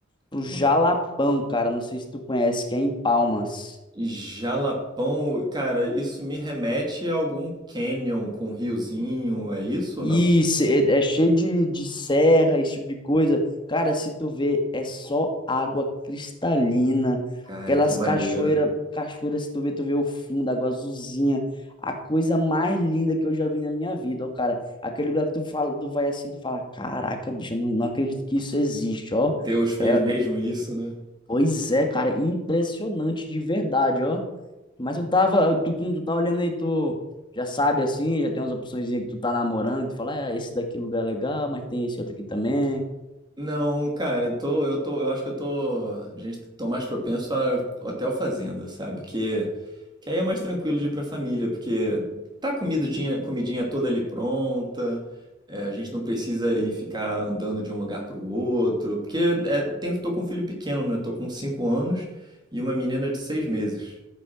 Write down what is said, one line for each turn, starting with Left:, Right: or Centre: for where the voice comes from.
Left: pro
Right: Conta.
Left: Jalapão, cara. Não sei se tu conhece, que é em Palmas.
Right: Jalapão, cara, isso me remete a algum canyon com riozinho, é isso ou
Left: Isso
Right: não?
Left: é é cheio de, de serra, esse tipo de coisa. Cara, se tu vê, é só água cristalina.
Right: Cara,
Left: Aquelas
Right: que maneiro.
Left: cachoeiras, cachoeiras, se tu vê, tu vê o fundo, água azulzinha. A coisa mais linda que eu já vi na minha vida, ó, cara. Aquele lugar que tu fala, tu vai assim, tu fala, caraca, bicho, eu não, não acredito que isso existe, ó.
Right: Deus fez
Left: É,
Right: mesmo isso, né?
Left: Pois é, cara, impressionante de verdade, ó. Mas eu tava, tu, como tu tá olhando aí, tu já sabe assim, já tem umas opções que tu tá namorando, que tu fala, ah, esse daqui lugar é legal, mas tem esse outro aqui também.
Right: Não, cara, eu tô, eu tô, eu acho que eu tô, a gente tô mais propenso a hotel fazenda, sabe? Que que aí é mais tranquilo de ir pra família, porque tá a comidinha, comidinha toda ali pronta. é, a gente não precisa ir ficar andando de um lugar pro outro, porque é, tem, tô com um filho pequeno, né? Tô com 5 anos e uma menina de 6 meses.